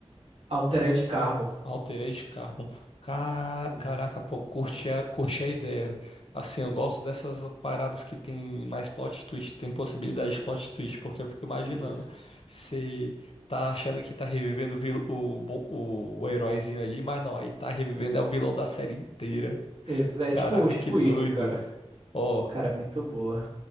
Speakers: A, on the right; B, on the left.
A: Altered Carbon.
B: Altered Carbon. Ca-
A: Isso,
B: Caraca, pô, curti a, curti a ideia. Assim, eu gosto dessas paradas que tem mais plot twist, tem possibilidade de plot twist, porque eu fico imaginando.
A: isso.
B: Você tá achando que tá revivendo o, vil- o, bo- o, o heróizinho ali, mas não, aí tá revivendo é o vilão da série inteira.
A: Ex- É
B: Caraca,
A: tipo, tipo
B: que doido.
A: isso, cara.
B: Ó,
A: Cara, é muito boa.